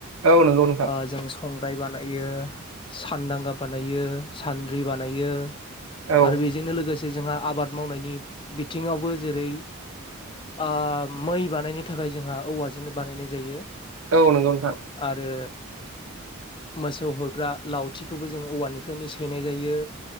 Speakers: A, on the right (about 80°); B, on the left (about 25°).
A: औ नंगौ नोंथां
B: ओ जों संग्राय बाना यो सानदांगा बानायो सान्द्रि बानायो।
A: औ
B: आरो बेजोंनो लोगोसे जोंहा आबाद मावनायनि बिथिङावबो जेरै ओ मै बानायनो थाखाय जोंहा औवाजोंनो बानायनाय जायो।
A: औ नंगौ नोंथां
B: आरो मोसौ होग्रा लावथिखौबो जोंङो औवानिफ्रायनो सैनाय जायो।